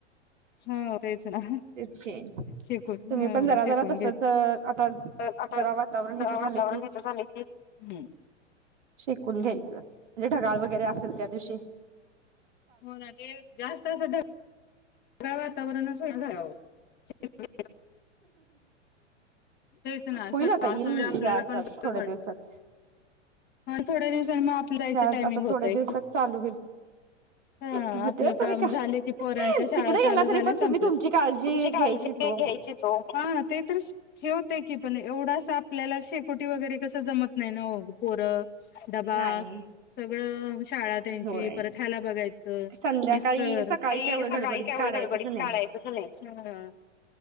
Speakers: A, on the left (about 25°); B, on the right (about 85°).
A: ह तेच ना
B: तेच की
A: शेकून
B: तुम्ही
A: ह
B: पण जरा
A: शेकून
B: जरा तसच
A: घेत
B: आता
A: तर आता
B: जरा वातावरण ह्याच
A: जरा वातावरण
B: झालं कि
A: ह्याच झाले की हम्म
B: शेकून घ्यायचं म्हणजे ढगाळ वैग गैरे असेल त्यादिवशी
A: हो ना ते जास्त असं ढग गाळ वातावरणच होइना झालय अ ओ चे गे तेच ना असं
B: होईल आता ईल
A: म्हणजे आपल्याला
B: या आता
A: पण बरं
B: थोड्या दिवसात
A: थोडे दिवस ग आप जायची
B: ह्या
A: टायमिंग
B: आता
A: होतेय
B: थोड्या दिवसात चालू होईल
A: हं आपलं
B: हो ते तरी
A: काम
B: काय
A: झाल पोरानी शाळा
B: तिकडे
A: चालू
B: गेला
A: झाल्या
B: तरी पण
A: संपल्यात
B: तुम्ही तुमची
A: तुमची काळजी
B: घ्यायचीच
A: तर काय
B: हो.
A: घ्यायचीच ओ, हा ते तर उस ठेवतय की पण एवढं असं आपल्याला शेकोटी वगैरे कसं जमत नाही ना ओ पोरं डबा
B: नाही
A: सगळं शाळा त्यांची
B: होय
A: परत ह्याला बघायचं
B: संध्याकाळी
A: मिस्टर सकाळी
B: काय एवढं
A: सकाळी
B: गडबडीत
A: तेवढं
B: काढायचंच
A: गडबडीत
B: नाही.
A: काढायचं नाही,